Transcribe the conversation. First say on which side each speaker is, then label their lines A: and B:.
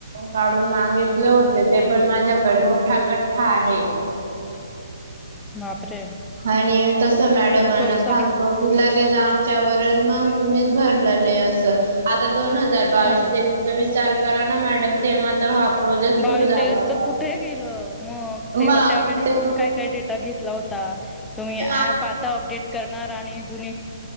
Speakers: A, on the right (about 50°); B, in the centre.
A: काढून मागितले होते ते पण माझ्याकडे मोठा गठ्ठा आहे.
B: बापरे
A: आणि तस मॅडमांना
B: मग तो
A: सांगतो.
B: सगळा
A: लगेच आमच्यावरच मग तुम्हीच भरलं नाही अस आता दोन हजार बावीस
B: हो
A: तेवीसचा विचार करा ना मॅडम तेव्हा तर हा प्रोजेक्ट
B: बावीस
A: सुरू झाला
B: तेवीसच
A: होता.
B: कुठे गेलं मग तेव्हा
A: मग
B: त्या वेळेस
A: तेव्हा
B: तुम्ही काय काय डेटा घेतला होता. तुम्ही
A: तेव्हा
B: ऍप आता अपडेट करणार आणि जुनी